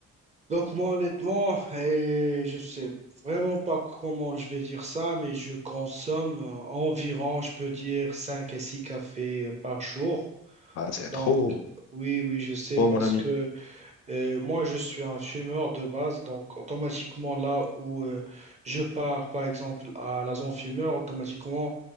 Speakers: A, on the right; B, on the left.
A: Donc moi honnêtement et je sais vraiment pas comment je vais dire ça mais je consomme euh, environ je peux dire 5 à 6 cafés euh, par jour.
B: Ah, c'est trop.
A: Donc oui oui je sais
B: Oh,
A: parce
B: mon ami.
A: que Euh, moi, je suis un fumeur de base, donc automatiquement, là où euh, je pars, par exemple, à la zone fumeur, automatiquement,